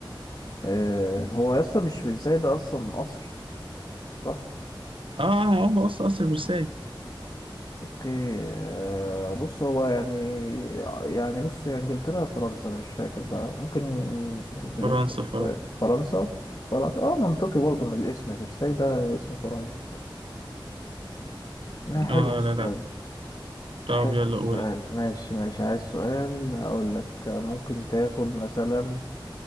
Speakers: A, on the left; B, on the right.
A: آه هو اصلا مش فرساي ده اصلا قصر صح
B: اه آه، هو اصلا اصل فرساي
A: اوكي آه، بص هو يعني يعني بص يا انجلترا يا فرنسا انا مش فاكر بقى ممكن <laughs>
B: فرنسا فرنسا
A: فرنسا فرنسا اه منطقي برضه من الاسم فرساي ده اسم فرنسي ما حلو
B: اه
A: السؤال
B: لا لا طب
A: حلو
B: يلا
A: السؤال
B: قولي
A: ماشي ماشي عايز سؤال هقول لك ممكن تاخد مثلا